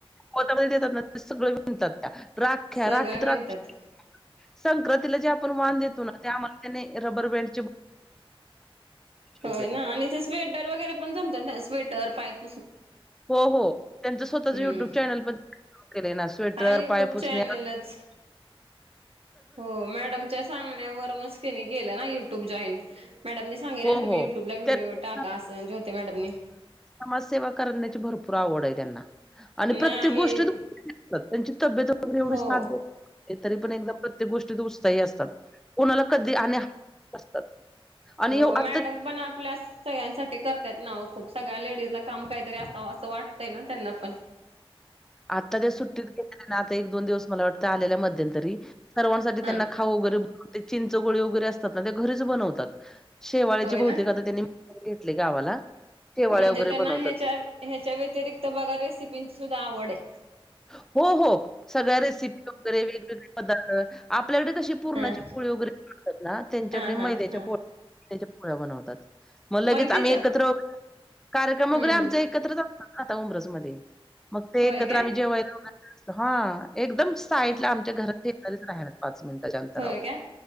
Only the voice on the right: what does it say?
सगळं
मिळतात
होय
ना आणि ते स्वेटर वगैरे पण जमतात ना स्वेटर पाइप
हम्म
हा युट्यूब
चॅनलच
हो मॅडमच्या सांगण्यावरूनच केनी गेलं ना युट्यूब जॉईन. मॅडम न सांगेना
ततुम्ही
युट्यूबला विडिओ
टाका असं ज्योती मॅडमने.
नाही
आणि
हो
हो
मॅडम
पण आपल्यास सगळ्यांसाठी करतायत ना खूप सगळ्या लेडीजला काम काहीतरी असावं असं वाटतंय ना त्यांना पण.
हा
होय
ना
म्हणजे
त्यांना
ह्याच्या
ह्याच्या व्यतिरिक्त बघा रेसिपींची सुद्धा आवड आहे.
हा
हा हा
हा
मैद्याच्या
हम्म
हम्म
होय
काय
ह
होय का